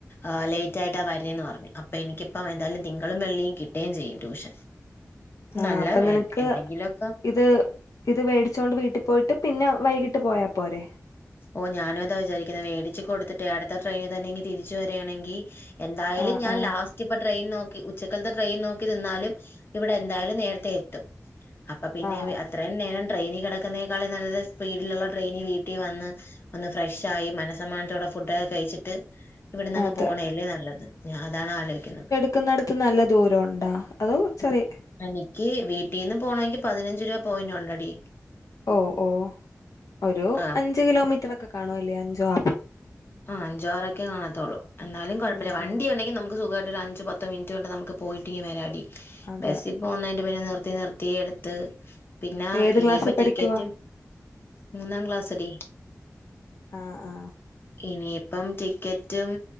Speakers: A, on the left (about 40°); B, on the left (about 70°).
A: ആഹ് ലേറ്റ് ആയിട്ട് വരുന്നന്ന് പറഞ്ഞ് അപ്പൊ എനിക്കിപ്പ എന്തായാലും നിങ്ങളും വെള്ളിയും കിട്ടുകയും ചെയ്യും ട്യൂഷൻ
B: ആഹ്
A: നല്ല
B: അപ്പൊ നിനക്ക്
A: എന്തെങ്കിലുമൊക്കെ
B: ഇത് ഇത് വേടിച്ചോണ്ട് വീട്ടിൽ പോയിട്ട് പിന്നെ വൈകിട്ട് പോയാ പോരെ
A: ഓ ഞാനും അതാ വിചാരിക്കുന്നത് മേടിച്ച്കൊടുത്തിട്ട് അടുത്ത ട്രെയിനിൽ തന്നെ ഇങ് തിരിച്ചു വരിയാണെങ്കിൽ എന്തായാലും
B: ആഹ്
A: ഞാൻ
B: ആഹ്
A: ലാസ്റ്റ് പട്ട ട്രെയിൻ നോക്കി ഉച്ചക്കലത്തെ ട്രെയിൻ നോക്കി നിന്നാലും ഇവിടെ എന്തായാലും നേരത്തെ എത്തും അപ്പൊ പിന്നെ
B: ആഹ്
A: അത്രയും നേരം ട്രെയിനി കിടക്കുന്നേക്കാളും നല്ല സ്പീഡിലുള്ള ട്രെയിൻ വീട്ടിൽ വന്ന് ഒന്ന് ഫ്രഷ്‌ ആയി മനസ്സമ്മാനത്തോടെ ഫുഡ് ഒക്കെകഴിച്ചിട്ട് ഇവിടെന്ന്ങ്ങ്
B: അതെ
A: പോണല്ലേ നല്ലത് ഞാൻ അതാണ് ആലോചിക്കുന്നത്
B: നിക്കുന്നിടത്ത് നല്ല ദൂരം ഉണ്ടോ അതോ ചെറിയ
A: എനിക്ക് വീട്ടീന്ന് പോണങ്കിൽ പതിനഞ്ച് രൂപ പോയിന്റ്ണ്ടടി
B: ഓഹ് ഓഹ് ഒരു
A: ആ
B: അഞ്ചു കിലോമീറ്റർ ഒക്കെ കാണുവല്ലേ അഞ്ചോ ആ
A: ആഹ് അഞ്ചോറൊക്കെ കാണാത്തുള്ളൂ എന്നാലും കുഴപ്പമില്ല
B: ഉം
A: വണ്ടി
B: ഉം
A: ഉണ്ടെങ്കിൽ നമുക്ക് സുഖമായിട്ട് അഞ്ചു പത്ത്മിനിറ്റ് കൊണ്ട് നമുക്ക് പോയിട്ടി വരാടി
B: അതെ
A: ബസ്സ് പോന്നതിന്റെ പിന്നെ നിർത്തി നിർത്തി എടുത്ത് പിന്നെ
B: ഏത്
A: ഇനിയിപ്പ
B: ക്ലാസ്സിൽ പഠിക്കുവാ
A: ടിക്കറ്റ് മൂന്നാം ക്ലാസ്ടി
B: ആഹ് ആഹ്
A: ഇനിയിപ്പം ടിക്കറ്റും